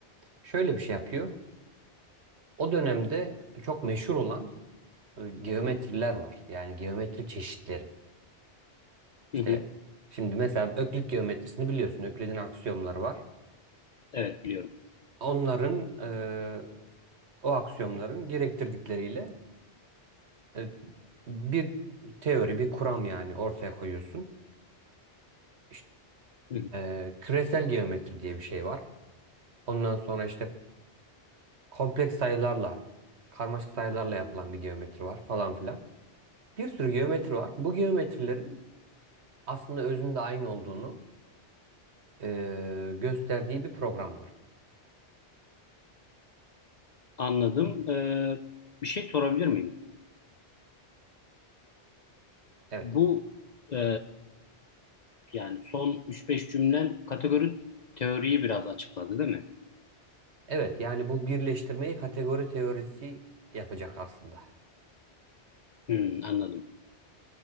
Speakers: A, on the right; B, on the left.
A: Şöyle bir şey yapıyor. O dönemde çok meşhur olan e, geometriler var. Yani geometri çeşitleri. İşte
B: Hı hı.
A: şimdi mesela Öklit geometrisini biliyorsun. Öklid'in aksiyomları var.
B: Evet biliyorum.
A: Onların e, o aksiyomların gerektirdikleriyle e, bir teori, bir kuram yani ortaya koyuyorsun. İşte
B: Hı hı.
A: e, küresel geometri diye bir şey var. Ondan sonra işte kompleks sayılarla, karmaşık sayılarla yapılan bir geometri var falan filan. Bir sürü geometri var. Bu geometrilerin aslında özünde aynı olduğunu eee, gösterdiği bir program var.
B: Anladım. Ee, bir şey sorabilir miyim?
A: Evet.
B: Bu e, yani son üç beş cümlen kategori teoriyi biraz açıkladı değil mi?
A: Evet yani bu birleştirmeyi kategori teorisi yapacak aslında.
B: Hı, anladım.